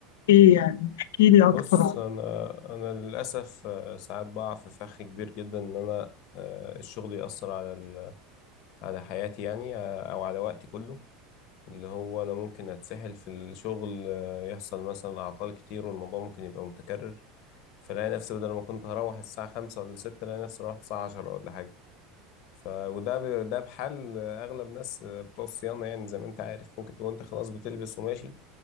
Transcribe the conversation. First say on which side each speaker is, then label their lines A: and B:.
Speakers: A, on the left; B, on the left.
A: ايه يعني احكي لي
B: بص
A: اكتر عن
B: انا انا للاسف آه، ساعات بقع في فخ كبير جدا ان انا آه، الشغل يأثر على ال- على حياتي يعني آه، او على وقتي كله اللي هو أنا ممكن أتسحل في الشغل آه، يحصل مثلا أعطال كتير والموضوع ممكن يبقى متكرر فلاقي نفسي بدل ما كنت هروح الساعة خمسة ولا ستة لاقي نفسي روحت الساعة عشرة ولا حاجة ف وده ب... ده بحال آه، أغلب ناس آه، بتوع الصيانة يعني زي ما أنت عارف ممكن تكون أنت خلاص بتلبس وماشي